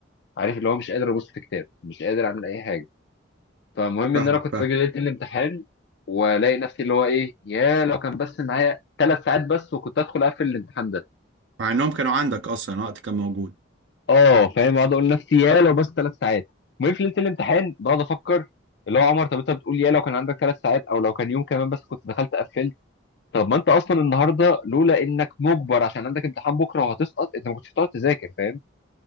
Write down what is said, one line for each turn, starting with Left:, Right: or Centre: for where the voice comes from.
Left: عارف اللي هو مش قادر أبص في كتاب مش قادر أعمل أي حاجة فالمهم
Right: فاهمك
Left: ان انا كنت
Right: فاهم
Left: باجي ليله الامتحان والاقي نفسي اللي هو ايه يا لو كان بس معايا ثلاث ساعات بس وكنت ادخل اقفل الامتحان ده
Right: مع انهم كانوا عندك اصلا وقت كان موجود
Left: اه فاهم اقعد اقول لنفسي يا لو بس ثلاث ساعات المهم في ليله الامتحان بقعد افكر اللي هو عمر طب انت بتقول يا لو كان عندك ثلاث ساعات او لو كان يوم كمان بس كنت دخلت قفلت طب ما انت اصلا النهارده لولا انك مجبر عشان عندك امتحان بكره وهتسقط انت ما كنتش هتقعد تذاكر فاهم